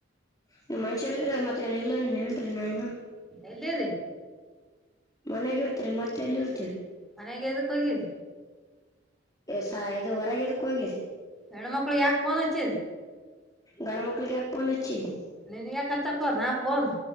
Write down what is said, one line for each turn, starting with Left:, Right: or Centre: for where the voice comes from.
Left: ನೀವ್ ಮನುಷ್ಯರ ಇದ್ರೆ ಮತ್ತೆ ಏನ್ ಇಲ್ಲಂದ ನ್ರಿ ನಾಯನ.
Centre: ಎಲ್ಲಿರೀ.
Left: ಮನಗ ಇರ್ತರಿ ಮತ್ತೆ ಎಲ್ಲಿ ಇರ್ತೀವಿ.
Centre: ಮನೆಗೆದಕ್ಕ ಹೋಗಿದೆ.
Left: ಸ ಇದು ಹೊರಗೆದಕ್ಕ ಹೋಗ.
Centre: ಹೆಣ್ಮಕ್ಳಗ್ ಯಾಕೆ ಫೋನ್ ಹಚ್ಚಿದ್.
Left: ಗಂಡು ಮಕ್ಕಳಿಗೆ ಯಾಗ ಪೋನ್ ಅ.
Centre: ನೀನ್ ಯಾಕತ್ತಕ್ಕೋನ್ ಆಪೋನ್.